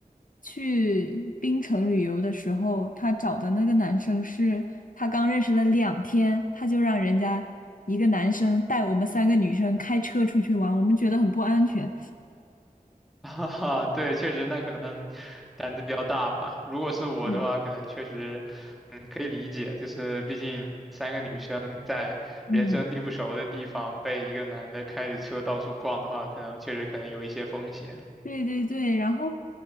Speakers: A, on the left; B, in the centre.
A: 去槟城旅游的时候，他找的那个男生是他刚认识了两天，他就让人家一个男生带我们三个女生开车出去玩，我们觉得很不安全。
B: <laughs> 哈哈，对，确实，那可能胆子比较大吧。如果是我的话，
A: 对，
B: 可能确实，嗯，可以理解，就是毕竟三个女生在人生地不熟的地方被一个男的开着车到处逛的话，
A: 嗯。
B: 可能确实可能有一些风险
A: 对对对，然后，